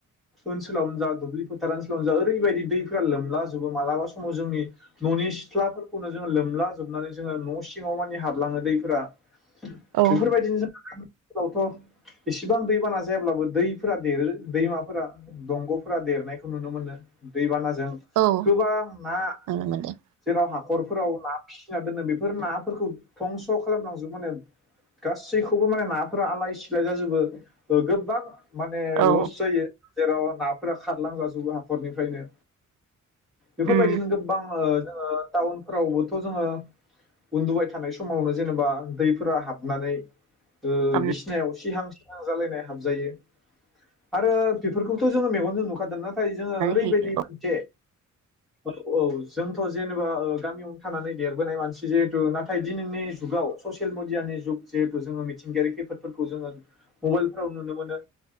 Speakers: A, in the centre; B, on the right.
A: ओनसोलावनो जा दुब्लि फोथार ओनसोलावनो जा ओरैबायदि दैफोरा लोमलाजोबो मालाबा समाव जोंनि ननि सिथ्लाफोरखौनो जोङो लोमला जोबनानै जोङो न सिङाव मानि हाबलाङो दैफोरा
B: औ
A: बेफोरबायदिनो इसेबां दैबाना जायाब्लाबो दैफोरा देरो दैमाफोरा दंगफोरा देरनायखौ नुनो मोनो दै बाना जों
B: नुनो
A: गोबां ना
B: मोनदों
A: जेराव हाखरफोराव ना फिसिना दोनो बेफोर नाफोरखौ धंस खालामलांजोबोनो गासैखौबो माने नाफोरा आलाय सिलाय जाजोबो गोबां माने
B: औ
A: लस जायो। जेराव नाफोरा खारलां जाजोबो हाखरनिफ्रायनो। बेफोरबायदिनो
B: उम
A: गोबबां ओ जोङो टाउनफोरावबोथ जोङो उन्दुबाय थानाय समावनो जेनोबा दैफोरा हाबनानै ओ
B: हाबनानै
A: बिसिनायाव सिहां सिहां जालायनाय हाबजायो आरो बेफोरखौथ जोङो मेगनजों नुखादोना। नाथाय जोङो ओरैबायदि
B: होयो
A: मोनसे औ औ जों जेनेबा ओ गामियावनो थानानै देरबोनाय मानसि जिहेतु नाथाय दिनैनि जुगाव ससियेल मडियानि जुग जिहेतु जोङो मिथिंगायारि खैफोदफोरखौ जोङो मबाइल फोराव नुनो मोनो